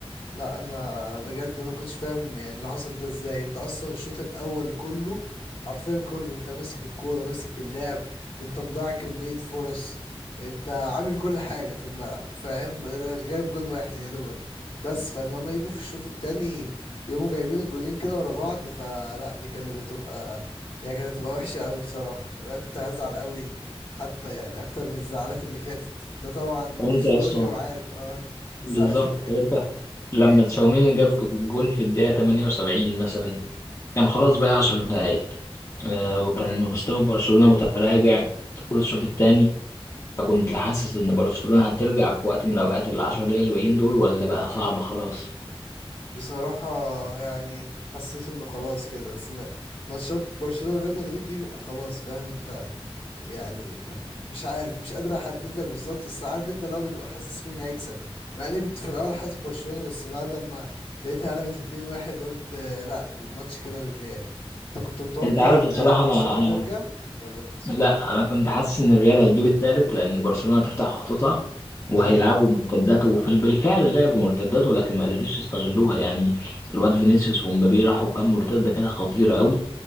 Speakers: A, on the left; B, on the left.
A: لا انا بجد ما كنتش فاهم يعني اللي حصل ده ازاي انت اصلا الشوط الاول كله حرفيا كله انت ماسك الكوره ماسك اللعب انت مضيع كميه فرص انت عامل كل حاجه في الملعب فاهم غير- جايب جون واحد يا دوبك بس فان هما يجوا في الشوط التاني يقوموا جايبين الجونين كده ورا بعض فلا دي كانت هتبقى يعني كانت هتبقى وحشه قوي بصراحه انا كنت هزعل قوي حتى يعني اكتر من الزعلات اللي فاتت انت طبعا
B: وأنت
A: برشلوني
B: يا اسطى
A: وعارف اه الزعلات
B: بالظبط
A: اللي فاتت
B: وأنت لما تشاوميني جاب جون في الدقيقة 78 مثلا كان خلاص بقى 10 دقايق آه، وكان مستوى برشلونة متراجع طول الشوط الثاني فكنت حاسس إن برشلونة هترجع في وقت من الأوقات العشر دقايق اللي باقيين دول ولا بقى صعب خلاص؟
A: بصراحة يعني حسيت انه خلاص كده بس ماتشات برشلونة وريال مدريد دي بقى خلاص فاهم انت يعني مش عارف مش قادر احدد لك بالظبط بس عارف انت لو بتبقى حاسس مين هيكسب مع اني كنت في الاول حاسس برشلونة بس بعد ما لقيتها قلبت 2-1 قلت آه، لا الماتش كده للريال انت كنت متوقع
B: أنت عارف
A: ان
B: بصراحة
A: آه، برشلونة
B: أنا أنا
A: ترجع ولا كنت
B: لا انا كنت حاسس ان الريال هيجيب التالت لان برشلونة تفتح خطوطها وهيلعبوا
A: ايوه
B: مرتدات وفي بالفعل لعبوا مرتدات ولكن ما قدروش يستغلوها يعني الواد فينيسيوس ومبابي راحوا كام مرتدة كده خطيرة قوي